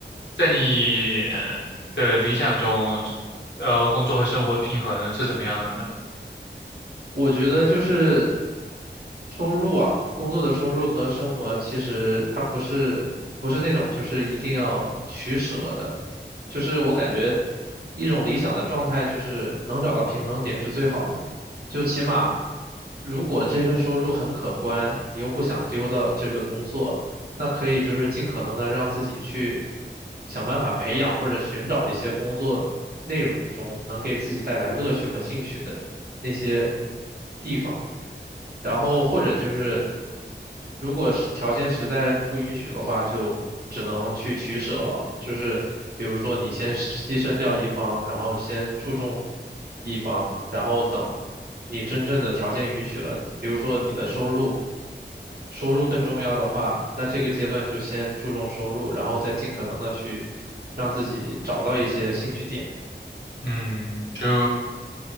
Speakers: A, on the left; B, on the right.
A: 在你呃的理想中，呃，工作和生活的平衡是怎么样的呢？
B: 我觉得就是收入啊，工作的收入和生活其实它不是不是那种就是一定要取舍的，就是我感觉一种理想的状态就是能找到平衡点是最好的，就起码如果这份收入很可观，你又不想丢掉这个工作，那可以就是尽可能的让自己去想办法培养或者寻找一些工作内容中能给自己带来乐趣和兴趣的。那些地方，然后或者就是如果是条件实在不允许的话，就只能去取舍了，就是比如说你先牺牲掉一方，然后先注重一方，然后等你真正的条件允许了，比如说你的收入。收入更重要的话，那这个阶段就先注重收入，然后再尽可能的去让自己找到一些兴趣点。
A: 嗯，就